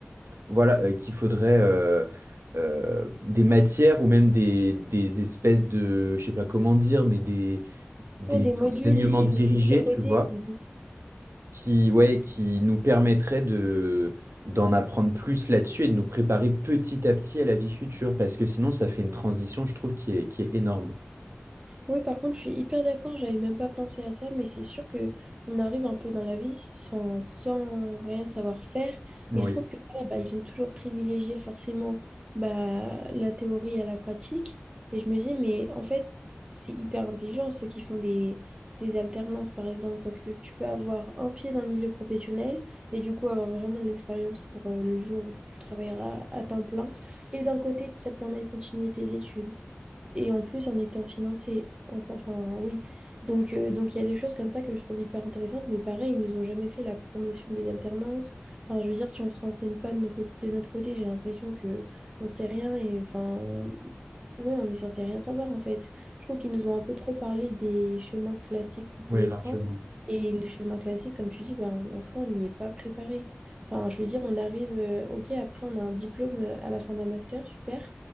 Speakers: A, on the right; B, on the right.
A: voilà, euh, qu'il faudrait euh, euh, des matières ou même des, des espèces de, je sais pas comment dire, mais des, des
B: Ouais, des modules,
A: enseignements
B: des,
A: dirigés,
B: des trucs à côté,
A: tu vois
B: des mini
A: qui, ouais, qui nous permettrait de, d'en apprendre plus là-dessus et de nous préparer petit à petit à la vie future, parce que sinon, ça fait une transition, je trouve, qui est, qui est énorme.
B: Oui, par contre, je suis hyper d'accord, j'avais même pas pensé à ça, mais c'est sûr que on arrive un peu dans la vie s- sans, sans rien savoir faire.
A: Oui,
B: Et je trouve que ouais, bah, ils ont toujours privilégié forcément bah, la théorie à la pratique. Et je me dis, mais en fait, c'est hyper intelligent ceux qui font des, des alternances, par exemple, parce que tu peux avoir un pied dans le milieu professionnel et du coup avoir vraiment de l'expérience pour euh, le jour où tu travailleras à temps plein. Et d'un côté, ça te permet de continuer tes études. Et en plus, en étant financé, en- enfin oui. Donc, euh, donc il y a des choses comme ça que je trouve hyper intéressantes, mais pareil, ils nous ont jamais fait la promotion des alternances. Enfin, je veux dire, si on se renseigne pas de, nos cô- de notre côté, j'ai l'impression que on sait rien et enfin, on- ouais, on est censé rien savoir en fait. Je trouve qu'ils nous ont un peu trop parlé des chemins classiques qu'on pouvait
A: oui, largement.
B: prendre. Et les chemins classiques, comme tu dis, ben, en soi, on n'y est pas préparé. Enfin, je veux dire, on arrive, euh, ok, après, on a un diplôme euh, à la fin d'un master, super.